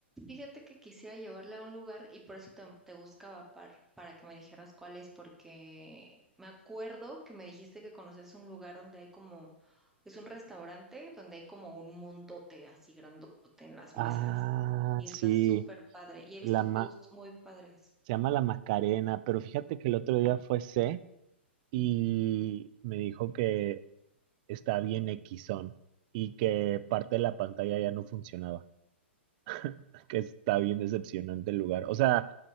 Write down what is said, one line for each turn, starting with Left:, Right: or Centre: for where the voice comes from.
Centre: Fíjate que quisiera llevarla a un lugar y por eso te, te buscaba par- para que me dijeras cuál es, porque me acuerdo que me dijiste que conoces un lugar donde hay como, es un restaurante donde hay como un mundote así grandote en las mesas
Right: Ah,
Centre: y
Right: sí,
Centre: está súper padre y he
Right: la
Centre: visto
Right: ma-
Centre: posts muy padres.
Right: se llama la Macarena, pero fíjate que el otro día fue C. y me dijo que está bien equisón y que parte de la pantalla ya no funcionaba, <laughs> que está bien decepcionante el lugar. O sea,